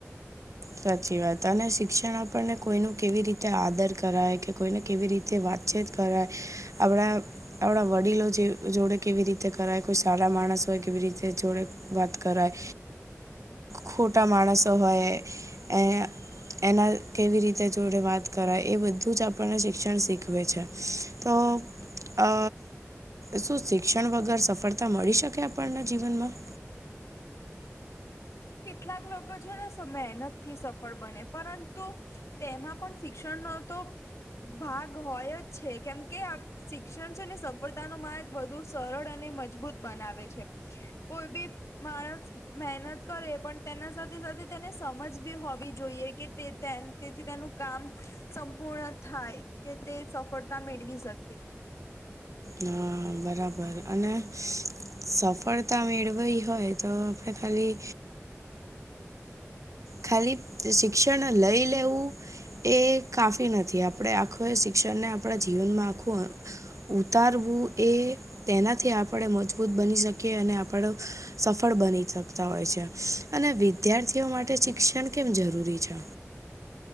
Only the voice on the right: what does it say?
સાચી વાત, અને શિક્ષણ આપણને કોઈનું કેવી રીતે આદર કરાય કે કોઈને કેવી રીતે તે વાતચીત કરાય, આપણા. આપણા વડીલો જે જોડે કેવી રીતે કરાય, કોઈ સારા માણસ હોય કેવી રીતે જોડે. વાત કરાય, ખોટા માણસો હોય એ. એના કેવી રીતે જોડે વાત કરાય, એ બધું જ આપણને શિક્ષણ શીખવે છે. તો, અ. શું શિક્ષણ વગર સફળતા મળી શકે આપણના જીવનમાં?
હા, બરાબર, અને સફળતા મેળવાઈ હોય તો, આપડે ખાલી. ખાલી શિક્ષણ લઈ લેવું. એ કાફી નથી, આપણે આખું એ શિક્ષણને આપણા જીવનમાં આખું ઉતારવું, એ તેનાથી આપણે મજબૂત બની શકીએ અને આપણે સફળ બની શકતા હોય છે અને વિદ્યાર્થીઓ માટે શિક્ષણ કેમ જરૂરી છે?